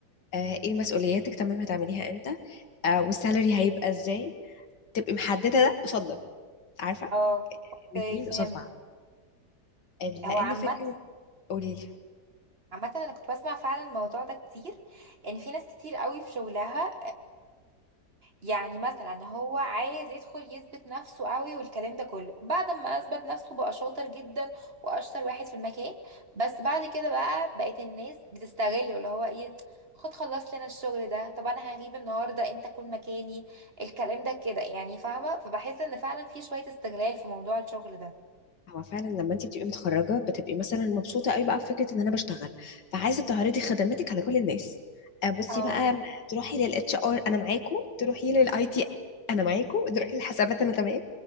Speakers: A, on the left; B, on the right.
A: آه، ايه مسؤولياتك تمام هتعمليها امتى آه، والسالري هيبقى ازاي تبقي محدده ده قصاد ده عارفه
B: اه اوكي
A: الاثنين
B: فهمت
A: قصاد بعض آه، لان
B: هو عامه
A: فكره قولي لي
B: عامه انا كنت بسمع فعلا الموضوع ده كتير ان في ناس كتير قوي في شغلها يعني مثلا هو عايز يدخل يثبت نفسه قوي والكلام ده كله بعد ما اثبت نفسه بقى شاطر جدا واشطر واحد في المكان بس بعد كده بقى بقت الناس بتستغله اللي هو ايه خد خلص لنا الشغل ده طب انا هغيب النهارده انت كن مكاني الكلام ده كده يعني فاهمه فبحس ان فعلا في شويه استغلال في موضوع الشغل ده
A: هو فعلا لما انت بتبقي متخرجه بتبقي مثلا مبسوطه قوي بقى بفكره ان انا بشتغل فعايزه تعرضي خدماتك على كل الناس آه، بصي
B: اه
A: بقى تروحي للاتش ار انا معاكو تروحي للاي تي انا معاكو تروحي للحسابات انا تمام